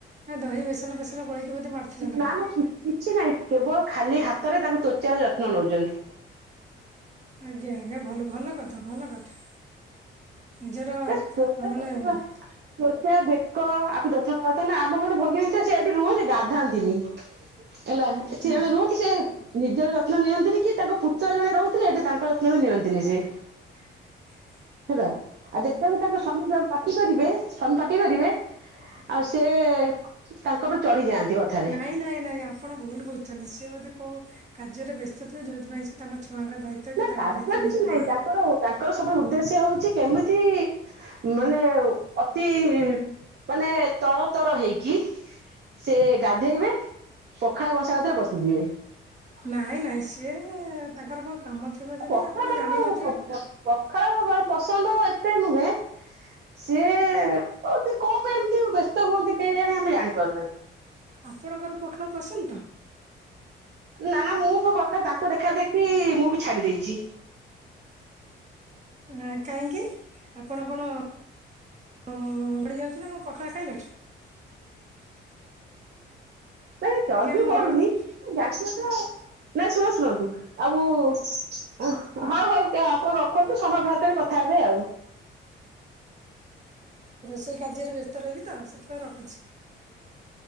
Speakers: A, on the right; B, on the right.
A: ନା ଦହି ବେସନ ଫେସନ ଗୋଳେଇକି ବୋଧେ ମାରିଥିଲେ
B: ନା
A: କଣ?
B: କିଛି ନାହିଁ। କେବଳ ଖାଲି ହାତ। ଥରେ ତାଙ୍କୁ ତ୍ୱଚାର ଯତ୍ନ ନଉଛନ୍ତି।
A: ଆଜ୍ଞା ଆଜ୍ଞା ଭଲ ଭଲ କଥା ଭଲ କଥା। ନିଜର
B: ତଚ ତ୍ୱବଚା
A: ମାନେ
B: ବେକ ଆକୁ ଯତ୍ନ ତ ସେ ଆମର ଗୋଟେ ଭଗିିନୀ ସେ ଏଇଠି ରୁହନ୍ତି ଗାଧାନ୍ତିନି। ହେଲା ଏଠି
A: ନା
B: ଜଣେ ରୁହନ୍ତି ସେ ନିଜର ଯତ୍ନ ନିଅନ୍ତିନି କି ତାଙ୍କ ପୁତ୍ର ଜଣେ ରହୁଥିଲେ ଏଠି ତାଙ୍କର ଯତ୍ନ ବି ନିଅନ୍ତିନି ସେ।
A: ହୁଁ।
B: ହେ ଆଉ ଯେତେବେଳେ ତାଙ୍କ ସ୍ବାମୀ ପାଟି କରିବେ ସ୍ବାମୀ ପାଟି କରିବେ। ଆଉ ସେ ତାଙ୍କ ଉପ ଚଢି ଯାଆନ୍ତି କଥାରେ।
A: ନାଇଁ ନାଇଁ ନାଇଁ ଆପଣ ଭୁଲ ବୁଝୁଛନ୍ତି ସିଏ ବୋଧେ କୋଉ କାର୍ଯ୍ୟରେ ବ୍ୟସ୍ତ ଯୋଉଥିପାଇଁ ସେ ତାଙ୍କ ଛୁଆଙ୍କ ଦାୟିତ୍ୱ କି
B: ନା
A: ତାଙ୍କ
B: କାର୍ଯ୍ୟ
A: ଦାୟିତ୍ୱ ନେଇପାରୁନଥିବେ
B: କିଛି ନାହିଁ ତାଙ୍କର ତାଙ୍କର ସବୁବେଳେ ଉଦ୍ଦେଶ୍ୟ ହଉଛି କେମିତି ମାନେ ଅତି ମାନେ ତର ତର ହେଇକି। ସେ ଗାଧେଇବେ ପଖାଳ କଂସା କତିରେ ବସିଯିବେ।
A: ନାଇଁ ନାଇଁ ସିଏ ତାଙ୍କର କଣ? କାମ ଥିବ ଯଦି
B: ପଖାଳ
A: ଆପଣ ଜାଣିନଥିବେ।
B: ତାଙ୍କର କଖଳ ପସନ୍ଦ ଏତେ ନୁହେଁ ସିଏ ଆଉ ଟିକେ କଣ? ଏମିତି ବ୍ୟସ୍ତ ହୁଅନ୍ତି କେହି ଜାଣି ଆମେ ଜାଣିପାରୁନାହିଁ।
A: ଆପଣଙ୍କର ପଖଣା ପସନ୍ଦ ତ।
B: ନା ନା ମୁଁ ପ ପ୍ରଖ ତାଙ୍କ କ ଦେଖା ଦେଖି ମୁଁ ବି ଛାଡି ଦେଇଛି।
A: ହୁଁ। କାହିଁକି ଆପଣ କଣ ଉଁ ବଢି ଯାଉଛି ନା କଣ ପଖାଳ ଖାଇଲେ?
B: ନାଇ ଚର୍ବି
A: ମୁଁ
B: ପଡୁନି
A: ଯାଉଛି।
B: ଜାଣିଥିବେ ତ ନାଇଁ ଶୁଣ ଶୁଣନ୍ତୁ ଆଉ ହ ହଉ ହଉ ଆପଣ ରଖନ୍ତୁ ସମୟ ବାହାର କରି କଥା ହେବେ ଆଉ।
A: ସେଇ କାର୍ଯ୍ୟରେ ବ୍ୟସ୍ ତ ରହିବି ତ ସେଥିପାଇଁ ରଖୁଚି।